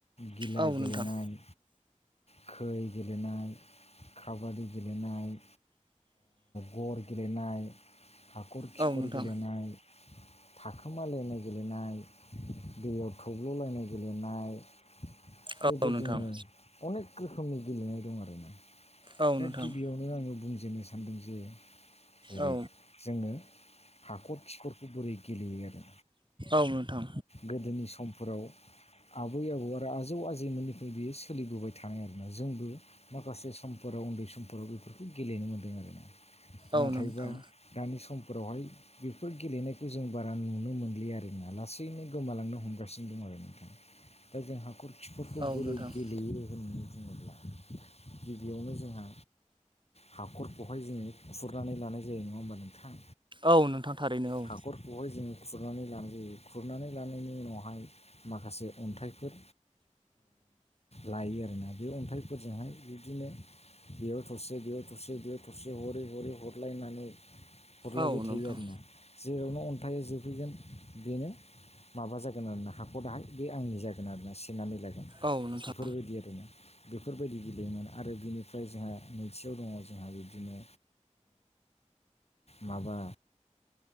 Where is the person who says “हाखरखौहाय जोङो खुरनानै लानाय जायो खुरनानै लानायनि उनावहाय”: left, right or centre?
Left